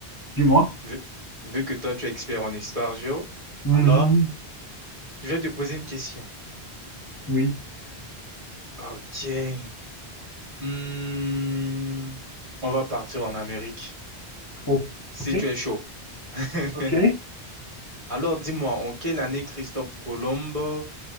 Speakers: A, on the left; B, on the right.
A: dis-moi.
B: Vu, vu que toi tu es expert en histoire géo,
A: Mhm,
B: alors je vais te poser une question.
A: Oui.
B: Ok. Hmm. On va partir en Amérique.
A: Oh,
B: Si
A: ok,
B: tu es chaud. <laughs>
A: ok.
B: Alors dis-moi, en quelle année Christophe Colomb